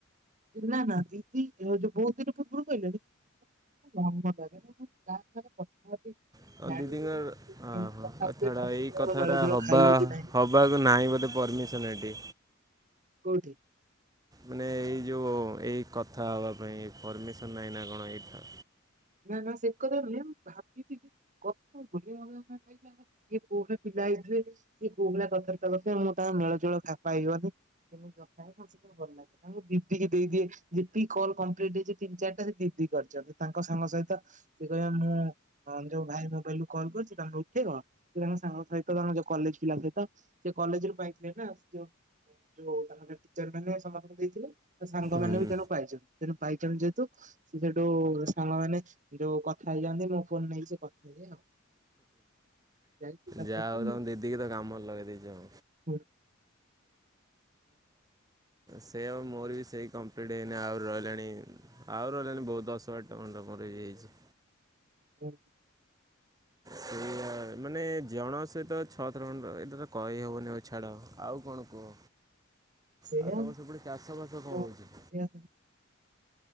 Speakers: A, on the right; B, on the right.
A: ନା ନା ଦିଦି ଯୋଉ ବହୁତ ଦିନ ପୂର୍ବରୁ କହିଲେଣି। ମୋ ମନ ଲାଗେନା ମୁଁ କହିଲି କାହା ସାଙ୍ଗରେ କଥା ହେବି।
B: ତମ
A: ଜାଣିପାରିବିନି
B: ଦିଦିଙ୍କ ର
A: କେମିତି
B: ଅହ
A: କଥା
B: ହଉ
A: ହଉଥିବେ
B: ଚ୍ଛାଡ
A: ତା ସହିତ
B: ଏଇ
A: ମୋର
B: କଥା
A: ମେଳ
B: ଗୁରା
A: ଜୋଳ
B: ହବା
A: ଖାଇବ କି
B: ହବାକୁ ନାହିଁ ବୋଧେ ପରମିସ ସନ ଏଠି।
A: କୋଉଠି।
B: ମାନେ ଏଇ ଯୋଉ ଏଇ କଥା ହବା ପାଇଁ ପରମିସନ ନାହିଁ ନା କଣ ଏଇଥ।
A: ନା ନା ସେ କଥା ନୁହେଁ ମୁଁ ଭାବିଥିଲି କଥା ହେବି ବୋଲି <inaudible> କିଏ କୋଉ ଭଳିଆ ପିଲା ହେଇଥିବେ। ସିଏ କୋଉ ଭଳିଆ କଥାବାର୍ତ୍ତା କରୁଥିବ ମୁଁ ତାଙ୍କ ମେଳ ଜୋଳ ଖା ପାଇବନି କେମତି କଥା ହେବି ମୁଁ ସେଥି ଭଲ ଲାଗେ। ତାଙ୍କୁ ଦିଦି କି ଦେଇଦିଏ, ଯେତିକି କଲ୍ କମ୍ପ୍ଲିଟ ହେଇଛି ତିନି ଚାରିଟା ସେ ଦିଦି କରିଛନ୍ତି। ତାଙ୍କ ସାଙ୍ଗ ସହିତ ସିଏ କହିବେ ମୁଁ ହଁ ଯୋଉ ଭାଇ ମୋବାଇଲୁରୁ କଲ୍ କରିଚି, ତାଙ୍କ ଉଠେଇବ ସେ ତାଙ୍କ ସାଙ୍ଗ ସହିତ ଯୋଉ କଲେଜ ପିଲା ସହିତ। ସେ କଲେଜ ରୁ ପାଇଥିଲେ ନା, ସେ ଯୋଉ ଯୋଉ ତାଙ୍କ ଟିଚର ମାନେ ସମସ୍ତଙ୍କୁ ଦେଇଥିଲେ। ତ ସାଙ୍ଗମାନେ
B: ହୁଁ
A: ବି ତେଣୁ ପାଇଛନ୍ତି, ତେଣୁ ପାଇଛନ୍ତି ଯେହେତୁ ସେ ସେଠୁ ସାଙ୍ଗ ମାନେ ଯୋଉ କଥା ହେଇଯାନ୍ତି, ମୋ ଫୋନ ନେଇକି ସେ କଥା ହେଇଯାଏ ଆଉ। ଯାଇ ଫିଲପ
B: ଯାହା
A: କରିଛି
B: ହଉ ତମ ଦିଦି କି ତ କାମରେ ଲଗେଇ ଦେଇଛ।
A: ହଁ।
B: ସେଇ ଆଉ ମୋର ବି ସେଇ କମ୍ପ୍ଲିଟ୍ ହେଇନି, ଆହୁରି ରହିଲାଣି ଆଉ ରହିଲାଣିି ବହୁତ ଦଶ ବାର ଟା ଖଣ୍ଡେ ମୋର ହେଇଯାଇଛି।
A: ହୁଁ
B: ସେଇଆ ମାନେ ଜଣ ସହିତ ଛଅ ଥର ଖଣ୍ଡ ଏଇଟା ତ କହି ହବନି ହଉ ଛାଡ ଆଉ କଣ କୁହ।
A: ସେଇଆ
B: ଆଉ ତମର ସେପଟେ ଚାଷ ବାସ କଣ
A: ଯୋଉ
B: ହଉଛି।
A: ଏଇଆ